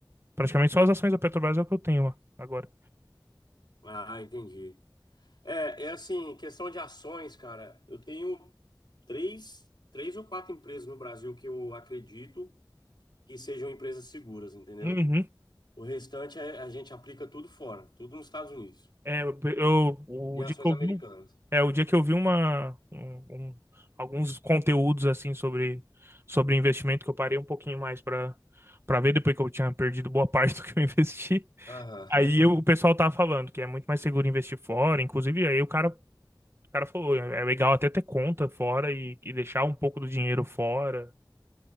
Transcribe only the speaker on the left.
Ah, entendi. É, é assim, questão de ações, cara. Eu tenho três, três ou quatro empresas no Brasil que eu acredito que sejam empresas seguras, entendeu?
O restante é- a gente aplica tudo fora, tudo nos Estados Unidos,
em ações
americanas.
Aham.
<laughs>